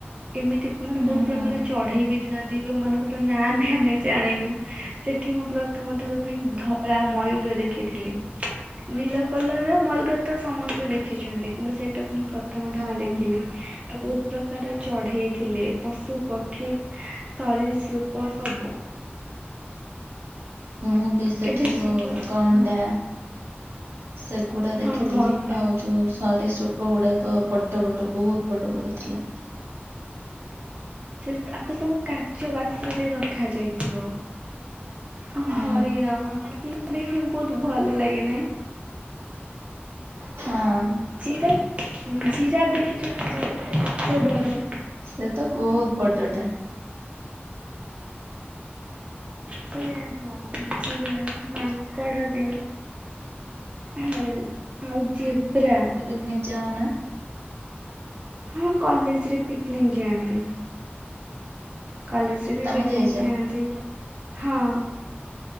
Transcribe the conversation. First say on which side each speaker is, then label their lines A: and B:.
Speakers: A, on the right; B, on the right.
A: ଏମିତି ମାନେ
B: ହୁଁ
A: ବହୁତ
B: ହୁଁ
A: ପ୍ରକାର ଚଢେଇ ବି ଥାନ୍ତି ଯୋଉ ମାନଙ୍କର ନାଁ ବି ଆମେ ଜାଣିନୁ। ସେଠି ମୁଁ ପ୍ରଥମ ଥର ପାଇଁ ଧଳା ମୟୂର ଦେଖିଥିଲି। ନୀଳ କଲର୍ ର ମୟୁର ତ ସମସ୍ତେ ଦେଖିଛନ୍ତି କିନ୍ତୁ ସେଇଟା ମୁଁ ପ୍ରଥମ
B: ହଁ
A: ଥର ଦେଖିଲି। ଆଉ ବହୁତ ପ୍ରକାର ଚଢ଼େଇଥିଲେ ପଶୁ, ପକ୍ଷୀ, ସରୀରସୃପ ସବୁ।
B: ମୁଁ ବି ସେଠି
A: କେବେ
B: ଯୋଉ
A: ଯିବ
B: ଗଣ୍ଡା
A: ହଁ
B: ସେ ଗୁଡ଼ା ଦେଖିଥିଲି।
A: ହଁ ଗଣ୍ଡା
B: ଆଉ ଯୋଉ ସରୀସୃପ ଗୁଡ଼ାକ ବଡ଼ ବଡ଼ ବହୁତ ବଡ଼ ବଡ଼ ଥିଲା।
A: ସେ ତାକୁ ସବୁ କାଚ ବାକ୍ସ ରେ ରଖା ଯାଇଥିବ। ଆଉ
B: ହୁଁ
A: ହରିଣ ହରିଣ ଦେଖିବାକୁ ବହୁତ ଭଲ ଲାଗେ ନାଇ?
B: ହଁ।
A: ଜିରାଫ ଉଁ, ଜିରାଫ ଦେଖିଛ ନା ଜିରାଫ ଟା କେତେ ବଡ଼?
B: ସେ ତ ବହୁତ ବଡ ଟା।
A: ସେ ହଁ ଜିରାଫ ମାଙ୍କଡ ବି। ଆଉ ଆଉ ଜେବ୍ରା
B: ତୋମେ ଯାାଅ ନା?
A: ହଁ କଲେଜ୍ ରେ ପିକନିକ୍ ଯାଆନ୍ତି। କଲେଜ୍ ରେ ବି
B: ତମେ
A: ପିକନିକ୍
B: ଯାଇଛ?
A: ଯାଆନ୍ତି ହଁ।